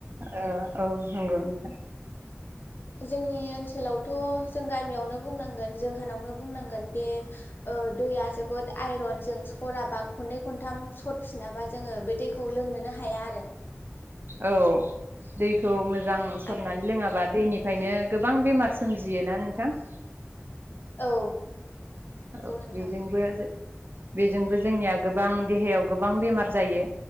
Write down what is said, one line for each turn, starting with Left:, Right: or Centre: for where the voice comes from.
Right: ओ औ नंगौ नोंथां।
Left: जोंनि ओनसोलावथ' जों गामियावनो बुंनांगोन जोंहानावनो बुंनांगोन। बे ओ दैया जोबोद आइरन जों सराबा खननै खनथाम सरफिनाबा जोङो बे दैखौ खौ लोंनोनो हाया आरो
Right: औ दैखौ मोजां मोजां सरनानै
Left: आरो
Right: लोङाबा दैनि ओंखायनो गोबां बेमार सोमजियोना नोंथां।
Left: औ। नंगौ
Right: औ
Left: नोंथां
Right: बिजोंबो जों बेजोंबो जोंनिया गोबां देहायाव गोबां बेमार जायो